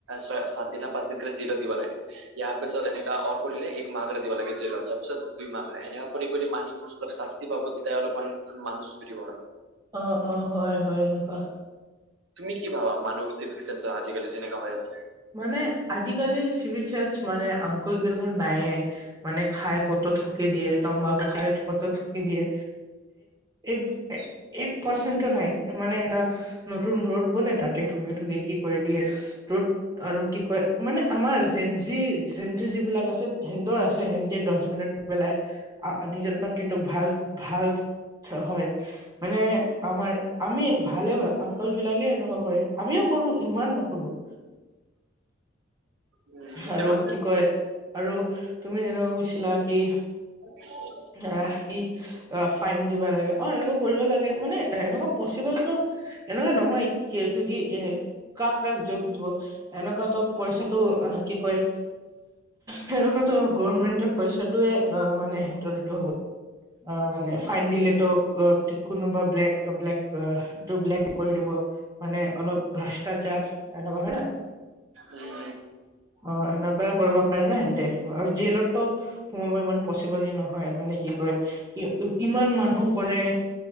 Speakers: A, on the right; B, on the right.
A: ছয় সাত দিনা পাঁচ দিনক জিলত দিব লাগে। ইয়াৰ পিছত এনেকা অঁ কৰিলে এক মাহাক দিব লাগে জেলত দিয়া পিছত দুই মাকৰে এনে কৰি কৰি মানি- অলপ শাস্তি পাব তে তাই অলপমান মানুছ তোৰ দিব হলো-
B: অঁ অঁ হঁয় হয়ঁ এনেকুৱা হঁয়।
A: তুমি কি ভাবা মানুহ চিফিকে আজিকালি যেনেকা হৈ আছে।
B: মানে আজিকালি চিভ চা মানে আংকুল বিলকুল নাইয়ে। মানে খাই কত থুকি দিয়ে তম্বাকু খাই কত থুকি দিয়ে। এই এক পাৰ্চেণ্ট নাই মানে এটা- নতুন ৰদ বনাই তাতে ঠুকি ঠুকি- কি কৰি দিয়ে ত'ত আৰু কি কয় মানে আমাৰ জেঞ্জি জেঞ্জি যিবিলাক আছে- সিহতৰ আছে সিহতে দাচবিনত পেলাই নিজৰ কণ্ট্ৰিটোক ভাল ভাল- চা, হয় মানে আমাৰ আমি ভালে হয়ঁ আংকল বিলাকে এনেকুৱা কৰে আমিও- কৰো ইমান নকৰোঁ।
A: উম, এইটো
B: আৰু
A: মানে
B: কি কয় আৰু তুমি যেনেকুৱা কৈছিলা কি-
A: <unintelligible>
B: ৰাহি অঁ ফাইন দিব লাগে অঁ এনেকুৱা কৰিব লাগে মানে এনেকুৱা পচিবলতো- এনেকুৱা নহয় ক কি এ কাক কাক যোগ দিব এনেকুৱাতো পইচাটো- আহ, কি কয়, সেনেকুৱোটো গমেন্টে পইচাটোয়ে অঁ মানে- তো হ'ব অঁ মানে ফাইন দিলেতো- কোনোবা ব্লেক ব্লেক ব্লেক কৰি দিব- মানে অলপ ভ্ৰষ্টাচাৰ এনেকুৱা হয়না।
A: উম
B: অঁ এনেকুৱাই কৰিব পাৰি ন সেনেতে আৰু দিলেতো - সোমাব ইমান পচিবল নহয় মানে কি কয় ইমান মানুহ কৰে-